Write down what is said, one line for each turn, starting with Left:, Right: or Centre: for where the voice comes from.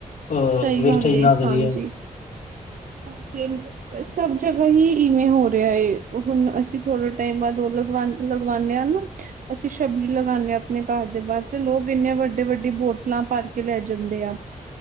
Left: ਅ
Right: ਸਹੀ
Left: ਵੇਸਟੇਜ
Right: ਗੱਲ ਏ
Left: ਨਾ ਕਰੀਏ,
Right: ਹਾਂਜੀ <unintelligible> ਸਭ ਜਗ੍ਹਾ ਹੀ ਵੇਂ ਹੋ ਰਿਹਾ ਹੈ, ਹੁਣ ਅਸੀ ਥੋੜੇ ਟਾਈਮ ਬਾਅਦ ਉਹ ਲਗਵਾਨ ਲਗਵਾਉਂਦੇ ਹਾ ਨਾ ਅਸੀ ਛਬੀ ਲਗਾਉਦੇ ਹਾਂ, ਆਪਣੇ ਘਰ ਦੇ ਬਾਹਰ ਤੇ ਲੋਕ ਇਨੇ ਵੱਡੀ-ਵੱਡੀ ਬੋਤਲਾਂ ਭਰ ਕੇ ਲੈ ਜਾਦੇ ਆ